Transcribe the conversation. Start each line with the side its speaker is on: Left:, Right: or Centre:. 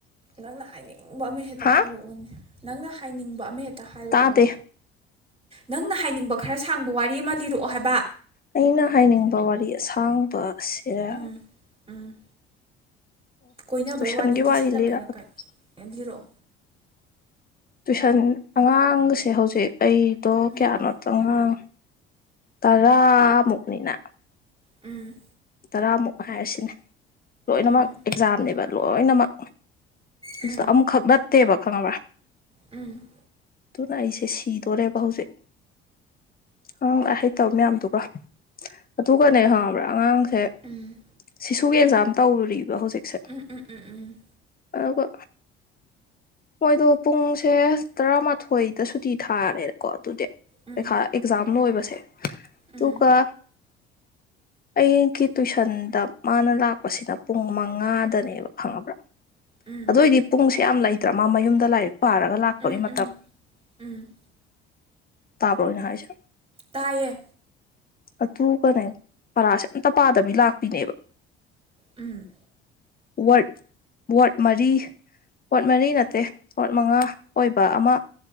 Right: ꯅꯪꯅ ꯍꯥꯏꯅꯤꯡꯕ ꯑꯃꯍꯦꯛꯇ
Left: ꯍꯥ
Right: ꯍꯥꯏꯔꯛꯑꯣꯅꯦ ꯅꯪꯅ ꯍꯥꯏꯅꯤꯡꯕ ꯑꯃ ꯍꯦꯛ ꯇ ꯍꯥꯏꯔꯛꯑꯣꯕ
Left: ꯇꯥꯗꯦ
Right: ꯅꯪꯅ ꯍꯥꯏꯅꯤꯡꯕ ꯈꯔ ꯁꯥꯡꯕ ꯋꯥꯔꯤ ꯑꯃ ꯂꯤꯔꯛꯑꯣ ꯍꯥꯏꯕ
Left: ꯑꯩꯅ ꯍꯥꯏꯅꯤꯡꯕ ꯋꯥꯔꯤ ꯑꯁꯥꯡꯕ ꯁꯤꯔꯥ
Right: ꯎꯝ ꯎꯝ ꯀꯣꯏꯅꯕꯩ
Left: ꯇꯨꯏꯁꯟꯒꯤ
Right: ꯋꯥꯔꯤ ꯂꯤꯁꯟꯂꯛꯀꯦꯔꯥ
Left: ꯂꯤꯔꯛꯑꯒꯦ
Right: ꯀꯩ ꯂꯤꯔꯛꯑꯣ
Left: ꯇꯨꯏꯁꯟ ꯑꯉꯥꯡꯁꯦ ꯍꯧꯖꯤꯛ ꯑꯩ ꯇꯣ
Right: ꯎꯝ
Left: ꯀꯌꯥꯅꯣꯇꯥ ꯉꯥꯡ ꯇꯔꯥ ꯃꯨꯛꯅꯤꯅ
Right: ꯎꯝ
Left: ꯇꯔꯥꯃꯨꯛ ꯍꯥꯏꯔꯁꯤꯅꯦ ꯂꯣꯏꯅꯃꯛ
Right: ꯎꯝ
Left: ꯑꯦꯛꯖꯥꯝꯅꯦꯕ ꯂꯣꯏꯅꯃꯛ ꯑꯗꯨꯁꯨ
Right: ꯎꯝ
Left: ꯑꯃꯨꯛꯈꯛ ꯅ ꯇꯦꯕ ꯈꯪꯉꯕ
Right: ꯎꯝ
Left: ꯑꯗꯨꯅ ꯑꯩꯁꯦ ꯁꯤꯗꯣꯔꯦꯕ ꯍꯧꯖꯤꯛ ꯑꯉꯥꯡ ꯂꯥꯏꯔꯤꯛ ꯍꯩꯇꯕ ꯃꯌꯥꯝꯗꯨꯒ ꯑꯗꯨꯒꯅꯦ ꯈꯪꯉꯕ꯭ꯔꯥ ꯑꯉꯥꯡ ꯑꯦ
Right: ꯎꯝ
Left: ꯁ ꯁꯨ ꯑꯦꯛꯖꯥꯝ ꯇꯧꯔꯨꯔꯤ ꯍꯧꯖꯤꯛꯁꯦ
Right: ꯎꯝ ꯎꯝ ꯎꯝ
Left: ꯑꯗꯨꯒ ꯃꯣꯏꯗꯣ ꯄꯨꯡꯁꯦ ꯇꯔꯥꯃꯥꯊꯣꯏꯗ ꯁꯨꯇꯤ ꯊꯥꯔꯦꯗꯀꯣ ꯑꯗꯨꯗꯤ
Right: ꯎꯝ
Left: ꯄꯩꯈꯥ ꯑꯦꯛꯖꯥꯝ ꯂꯣꯏꯕꯁꯦ
Right: ꯎꯝ
Left: ꯗꯨꯒ ꯑꯩꯒꯤ ꯇꯨꯏꯁꯟꯗ ꯃꯥꯅ ꯂꯥꯛꯄꯁꯤꯅ ꯄꯨꯡ ꯃꯉꯥꯗꯅꯦꯕ ꯈꯪꯉꯕ꯭ꯔꯥ
Right: ꯎꯝ
Left: ꯑꯗꯨ ꯑꯣꯏꯗꯤ ꯄꯨꯡꯁꯦ ꯌꯥꯝ ꯂꯩ ꯗ ꯃꯥ ꯃꯌꯨꯝꯗ ꯂꯥꯏꯔꯤꯛ ꯄꯥꯔꯒ ꯂꯥꯛꯄꯒꯤ
Right: ꯎꯝ
Left: ꯃꯇꯝ
Right: ꯎꯝ ꯎꯝ
Left: ꯇꯥꯕ꯭ꯔꯣ ꯑꯩꯅ ꯍꯥꯏꯁꯦ
Right: ꯇꯥꯏꯌꯦ
Left: ꯑꯗꯨꯒꯅꯦ ꯄꯔꯥꯁꯦ ꯑꯝꯇ ꯄꯥꯗꯕꯤ ꯂꯥꯛꯄꯤꯅꯦꯕ
Right: ꯎꯝ
Left: ꯋꯥꯔꯗ ꯋꯥꯔꯗ ꯃꯔꯤ ꯋꯥꯔꯗ ꯃꯔꯤ ꯅꯠꯇꯦ ꯄꯣꯠ ꯃꯉꯥ ꯑꯣꯏꯕ ꯑꯃ